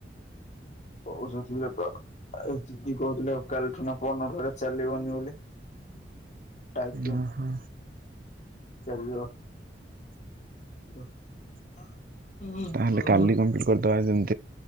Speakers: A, on the left; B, on the right.
A: କୋଉ ଥିଲେ ତ। ଆ ଦିଦି କହୁଥିଲେ କାଲିଠୁନା ପହରଦିନଠୁ ଏଟା ଚାଲିବନି ବୋଲି। ଟାଇପିଂ
B: ଓ ହୋ।
A: ଚାଲିବ। ହୁଁ।
B: ତାହେଲେ
A: ହୁଁ।
B: କାଲି କମ୍ପ୍ଲିଟ କରିଦବା ଯେମି